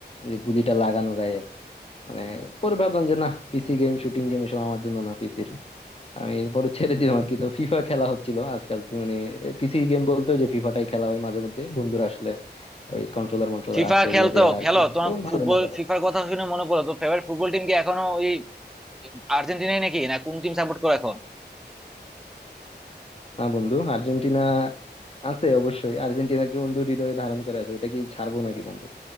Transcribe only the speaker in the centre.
ফিফা
খেলতো
খেলো
তোমার
ফুটবল
ফিফার কথা শুনে মনে পড়লো তো ফেভারিট ফুটবল টিম কি এখনো ওই আর্জেন্টিনাই নাকি না কোন টিম সাপোর্ট করো এখন